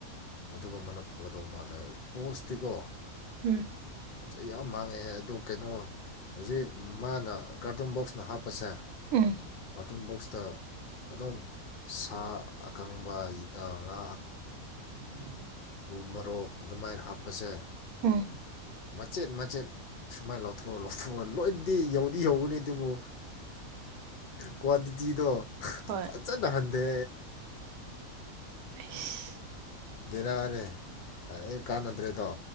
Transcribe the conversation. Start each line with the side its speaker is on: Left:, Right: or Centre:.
Left: ꯑꯗꯨꯒꯨꯝꯕꯅ ꯐꯒꯗꯧ ꯃꯥꯜꯂꯦ ꯄꯣꯁꯇꯤꯀꯣ
Right: ꯎꯝ
Left: ꯄꯣꯠꯆꯩ ꯌꯥꯝ ꯃꯥꯡꯉꯦ ꯑꯗꯨ ꯀꯩꯅꯣ ꯍꯧꯖꯤꯛ ꯃꯥꯅ ꯀꯔꯇꯨ ꯕꯣꯛꯁꯅ ꯍꯥꯞꯄ ꯄꯁ
Right: ꯎꯝ
Left: ꯑꯣꯇꯟ ꯕꯣꯛꯁꯇ ꯑꯗꯨꯝ ꯁꯥ ꯑꯀꯪꯕ ꯉꯥ
Right: ꯎꯝ
Left: ꯎꯃꯔꯣꯛ ꯑꯗꯨꯃꯥꯏꯅ ꯍꯥꯞꯄꯁꯦ
Right: ꯎꯝ
Left: ꯃꯆꯦꯠ ꯃꯆꯦꯠ ꯁꯨꯃꯥꯏꯅ ꯂꯧꯊꯣꯛꯑ ꯂꯧꯊꯣꯛ ꯂꯣꯏꯗꯤ ꯌꯧ ꯗꯤ ꯌꯧꯒꯅꯤ ꯑꯗꯨꯕꯨ ꯀ꯭ꯋꯥꯟꯇꯤꯇꯤꯗꯣ
Right: ꯍꯣꯏ
Left: ꯐꯖꯅ ꯍꯟꯊꯦ
Right: ꯑꯩꯁ
Left: ꯔꯅꯦ ꯑꯩ ꯀꯥꯟꯅꯗ꯭ꯔꯦꯗꯣ